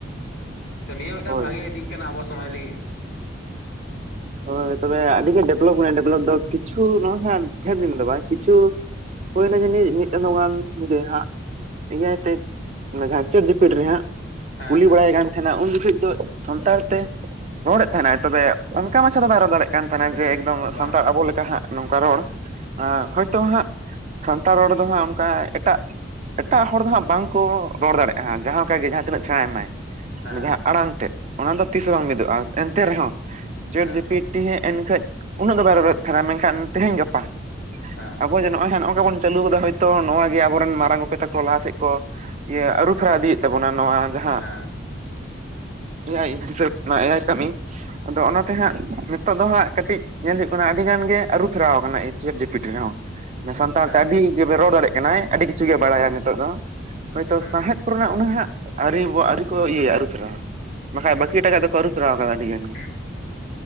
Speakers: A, on the left (about 85°); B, on the right (about 40°).
A: ᱛᱚ ᱱᱤᱭᱟᱹ ᱢᱤᱫ ᱴᱟᱝ
B: ᱦᱳᱭ
A: ᱵᱷᱟᱜᱮ ᱫᱤᱠ ᱠᱟᱱᱟ ᱟᱵᱚ ᱥᱚᱢᱟᱡᱽ ᱞᱟᱹᱜᱤᱫ
B: ᱦᱳᱭ ᱛᱚᱵᱮ ᱟᱹᱰᱤ ᱜᱮ ᱰᱮᱵᱷᱞᱚᱯ ᱠᱟᱱᱟ ᱰᱮᱵᱷᱞᱚᱯ ᱫᱚ ᱠᱤᱪᱷᱩ ᱱᱚᱜᱼᱚᱭ ᱦᱟᱸᱜ ᱰᱷᱮᱨ ᱫᱤᱱ ᱫᱚ ᱵᱟᱝ ᱠᱤᱪᱷᱩ ᱦᱳᱭ ᱱᱟ ᱡᱟᱱᱤᱡ ᱢᱤᱫ ᱪᱟᱸᱫᱚ ᱜᱟᱱ ᱜᱮ ᱦᱟᱸᱜ᱾ ᱮᱭᱟᱭ ᱛᱮ ᱚᱱᱟ ᱡᱟᱦᱟ ᱪᱮᱴ ᱡᱤᱯᱤᱴᱤ ᱨᱮ ᱦᱟᱸᱜ᱾
A: ᱦᱮᱸ
B: ᱠᱩᱞᱤ
A: ᱦᱮᱸ
B: ᱵᱟᱲᱟᱭ ᱮ ᱠᱟᱱ ᱛᱟᱦᱮᱱᱟ ᱩᱱ ᱡᱚᱠᱷᱚᱱ ᱫᱚ ᱥᱟᱱᱛᱟᱲ ᱛᱮ ᱨᱚᱲᱮᱫ ᱛᱟᱦᱮᱫ ᱟᱭ ᱛᱚᱵᱮ ᱩ <unintelligible> ᱢᱟᱪᱷᱟ ᱫᱚ ᱵᱟᱭ ᱨᱚᱲ ᱫᱟᱲᱮᱜ ᱠᱟᱱ ᱛᱟᱦᱮᱱᱟ ᱡᱮ ᱮᱠᱫᱚᱢ
A: ᱵᱟᱝ
B: ᱥᱟᱱᱛᱟᱲ ᱟᱵᱚ ᱞᱮᱠᱟ ᱦᱟᱸᱜ ᱱᱚᱝᱠᱟ ᱨᱚᱲ
A: ᱟᱪᱪᱷᱟ
B: ᱦᱳᱭ ᱛᱚ ᱦᱟᱸᱜ ᱥᱟᱱᱛᱟᱲ ᱨᱚᱲ ᱫᱚ ᱦᱟᱸᱜ ᱚᱱᱠᱟ ᱮᱴᱟᱜ ᱮᱴᱟᱜ ᱦᱚᱲ ᱫᱚ ᱦᱟᱸᱜ ᱵᱟᱝ ᱠᱚ ᱨᱚᱲ ᱫᱟᱲᱮᱜᱼᱟ ᱡᱟᱦᱟ ᱞᱮᱠᱟᱜ ᱜᱮ ᱡᱟᱦᱟ ᱛᱤᱱᱟᱹᱜ ᱥᱮᱲᱟᱭ ᱢᱟᱭ᱾
A: ᱦᱮᱸ
B: ᱡᱟᱦᱟ ᱟᱲᱟᱝ ᱛᱮᱫ ᱚᱱᱟ ᱫᱚ ᱛᱤᱥ ᱦᱚᱸ
A: ᱦᱮᱸ
B: ᱵᱟᱝ ᱢᱤᱫ ᱚᱜᱼᱟ ᱮᱱᱛᱮ ᱨᱮᱦᱚᱸ ᱪᱮᱴ
A: ᱦᱮᱸ
B: ᱡᱤᱯᱤᱴᱤ ᱦᱮᱡ‌ ᱮᱱᱠᱷᱟ ᱩᱱᱟᱹᱜ ᱫᱚ ᱵᱟᱭ <unintelligible> ᱛᱟᱦᱮᱱᱟ ᱢᱮᱱ ᱠᱷᱟᱱ ᱛᱮᱦᱮᱧ ᱜᱟᱯᱟ
A: ᱦᱮᱸ
B: ᱟᱵᱚ ᱡᱮ ᱱᱚᱜᱼᱚᱭ ᱦᱟᱸᱜ ᱱᱚᱜᱼᱠᱟ ᱵᱚᱱ ᱪᱟᱹᱞᱩ ᱠᱟᱫᱟ ᱦᱳᱭ ᱛᱚ ᱱᱚᱣᱟᱜ ᱜᱮ ᱟᱵᱚ ᱨᱮᱱ ᱢᱟᱨᱟᱝ ᱜᱚᱝᱠᱮ ᱛᱟᱠᱚ ᱞᱟᱦᱟ ᱥᱮᱫ ᱠᱚ ᱤᱭᱟᱹ ᱟᱹᱨᱩ ᱯᱷᱮᱨᱟᱣ ᱤᱫᱤᱭ ᱮᱫ ᱛᱟᱵᱚᱱᱟ ᱱᱚᱣᱟ ᱡᱟᱦᱟᱸ
A: ᱦᱮᱸ
B: ᱮᱭᱟᱭ ᱦᱤᱥᱟᱹᱵᱽ ᱮᱭᱟᱭ ᱠᱟᱹᱢᱤ ᱟᱫᱚ ᱚᱱᱟ ᱛᱮ ᱦᱟᱸᱜ ᱱᱤᱛᱚᱜ ᱫᱚ ᱦᱟᱸᱜ ᱠᱟᱹᱴᱤᱡ ᱧᱮᱞ ᱦᱩᱭᱩᱜ ᱠᱟᱱᱟ ᱟᱹᱰᱤ ᱜᱟᱱ ᱜᱮ ᱟᱹᱨᱩ ᱯᱷᱮᱨᱟᱣ ᱟᱠᱟᱱᱟ ᱪᱮᱴᱡᱤᱯᱤᱴᱤ ᱨᱮᱦᱚᱸ᱾ ᱥᱟᱱᱛᱟᱲ
A: ᱟᱪᱪᱷᱟ
B: ᱛᱮ ᱟᱹᱰᱤ <unintelligible> ᱨᱚᱲ ᱫᱟᱲᱮᱜ ᱠᱟᱱᱟᱭ ᱟᱹᱰᱤ ᱠᱤᱪᱷᱩ ᱜᱮᱭ ᱵᱟᱲᱟᱭᱟ ᱱᱤᱛᱚᱜ ᱫᱚ᱾ ᱦᱳᱭ
A: ᱟᱪᱪᱷᱟ
B: ᱛᱚ ᱥᱟᱶᱦᱮᱫ ᱠᱚ ᱨᱮᱱᱟᱜ ᱩᱱᱟᱹ ᱦᱟᱸᱜ ᱟᱹᱣᱨᱤ ᱵᱚ ᱟᱹᱣᱨᱤ ᱠᱚ ᱤᱭᱟᱹᱭᱟ ᱟᱹᱨᱩ ᱯᱷᱮᱨᱟᱣᱟ᱾ ᱵᱟᱠᱷᱟᱡ ᱵᱟᱠᱤ
A: ᱟᱪᱪᱷᱟ
B: ᱮᱴᱟ ᱜᱟᱜ ᱫᱚᱠᱚ ᱟᱹᱨᱩ ᱯᱷᱮᱨᱟᱣ ᱟᱠᱟᱫᱟ ᱟᱹᱰᱤ ᱜᱟᱱ ᱜᱮ᱾
A: <inaudible>